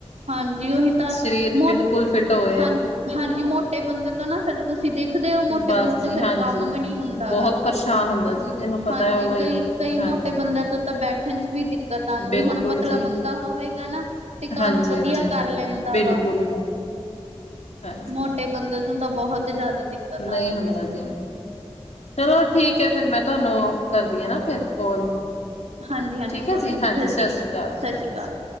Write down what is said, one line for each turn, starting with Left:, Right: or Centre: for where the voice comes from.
Right: ਹਾਂਜੀ, ਉਹੀ ਤਾਂ
Left: ਸਰੀਰ
Right: ਮੋਟੇ
Left: ਬਿਲਕੁਲ ਫਿੱਟ ਹੋਏ
Right: ਹਾਂਜੀ, ਹਾਂਜੀ ਮੋਟੇ ਬੰਦੇ ਤੋਂ ਨਾ ਫਿਰ ਤੁਸੀਂ। ਤੁਸੀਂ ਦੇਖਦੇ ਹੋ ਮੋਟੇ
Left: ਬਸ
Right: ਬੰਦੇ ਤੋਂ
Left: ਜੀ
Right: ਫੇਰ
Left: ਹਾਂਜੀ
Right: ਕੰਮ ਵੀ ਨਹੀਂ ਹੁੰਦਾ
Left: ਬਹੁਤ
Right: ਗਾ
Left: ਪਰੇਸ਼ਾਨ ਹੁੰਦਾ ਜੀ ਜਿਹਨੂੰ ਪਤਾ
Right: ਹਾਂਜੀ
Left: ਹੈ ਉਹੀ
Right: ਕਈ। <inaudible> ਕਈ
Left: ਹਾਂਜੀ
Right: ਮੋਟੇ ਬੰਦਿਆਂ ਤੋਂ ਤਾਂ ਬੈਠਣ 'ਚ ਵੀ ਦਿੱਕਤ, ਆਉਂਦੀ।
Left: ਬਿਲਕੁਲ
Right: ਹੁਣ ਪਤਲਾ
Left: ਜੀ
Right: ਬੰਦਾ ਹੋਵੇਗਾ ਨਾ ਤੇ ਕੰਮ
Left: ਹਾਂਜੀ
Right: ਵਧੀਆ,
Left: ਹਾਂਜੀ
Right: ਕਰ ਲੈਂਦਾ
Left: ਬਿਲਕੁਲ
Right: ਵਾ
Left: ਹਾਂਜੀ
Right: ਮੋਟੇ ਬੰਦੇ ਨੂੰ, ਤਾਂ ਬਹੁਤ ਤੇ ਜਿਆਦਾ ਦਿੱਕਤ
Left: ਨਹੀਂ
Right: ਆਉਂਦੀ
Left: ਹੁੰਦਾ
Right: ਹੈ?
Left: ਜੀ ਚਲੋ ਠੀਕ ਹੈ, ਫੇਰ ਮੈਂ ਤੁਹਾਨੂੰ ਕਰਦੀ ਹਾਂ ਨਾ ਫਿਰ ਕੋਲ।
Right: ਹਾਂਜ--ਹਾਂਜੀ
Left: ਠੀਕ
Right: ਕੋਈ
Left: ਹੈ ਜੀ
Right: ਨੀ,
Left: ਹਾਂਜੀ
Right: ਸਤਿ ਸ੍ਰੀ,
Left: ਸ਼੍ਰੀ ਅਕਾਲ
Right: ਸਤਿ
Left: ਜੀ
Right: ਸ੍ਰੀ ਅਕਾਲ।